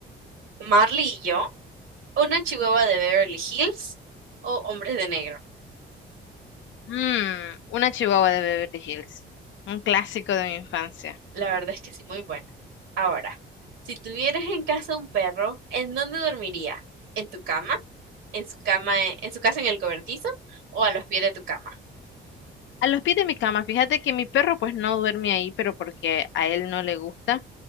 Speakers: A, on the right; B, on the left.
A: Marley y yo, una chihuahua de Beverly Hills o Hombres de Negro.
B: Mm, una chihuahua de Beverly Hills, un clásico de mi infancia.
A: La verdad es que sí, muy buena. Ahora, si tuvieras en casa un perro, ¿en dónde dormiría? ¿En tu cama? ¿En su cama, en su casa en el cobertizo? ¿O a los pies de tu cama?
B: A los pies de mi cama, fíjate que mi perro pues no duerme ahí, pero porque a él no le gusta.